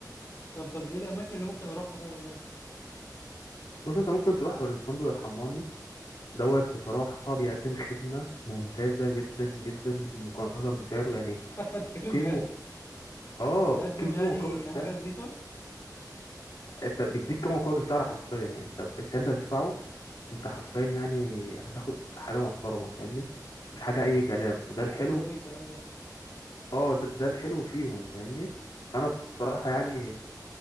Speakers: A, on the left; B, on the left.
A: طب طب ايه الاماكن اللي ممكن اروحها طب هناك
B: بص أنت ممكن تروح الفندق الحماني دوت بصراحة بيقدم خدمة ممتازة جدا جدا مقارنة بسعره يعني
A: <laughs> تتكلم
B: قيمة
A: بجد
B: اه
A: يقدم
B: قيمة
A: يعني
B: مقابل السعر
A: حاجه نظيفه
B: أنت بيديك قيمة مقابل السعر حرفيا يعني أنت السعر أنت هتدفعه أنت حرفيا يعني هتاخد حاجة محترمة فاهمني مش حاجة أي كلام وده الحلو
A: حلو قوي الكلام ده
B: اه ده, ده الحلو فيهم فاهمني فأنا بصراحة يعني